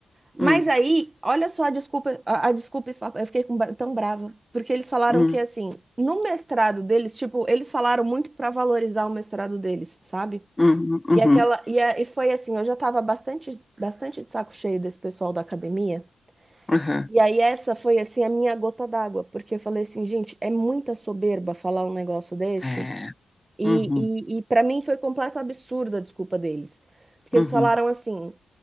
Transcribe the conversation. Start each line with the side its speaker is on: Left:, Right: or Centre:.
Right: Mas
Left: Hum,
Right: aí, olha só a desculpa, a, a desculpa, esfa- eu fiquei com ba- tão brava, porque eles falaram
Left: hum,
Right: que assim, no mestrado deles, tipo, eles falaram muito para valorizar o mestrado deles, sabe?
Left: uhum, uhum,
Right: E aquela e, a- e foi assim, eu já tava bastante bastante de saco cheio desse pessoal da academia.
Left: uhum.
Right: E aí essa foi assim a minha gota d'água, porque eu falei assim, gente, é muita soberba falar um negócio desse.
Left: É,
Right: E,
Left: uhum,
Right: e, e para mim foi completo absurdo a desculpa deles. Porque
Left: uhum.
Right: eles falaram assim,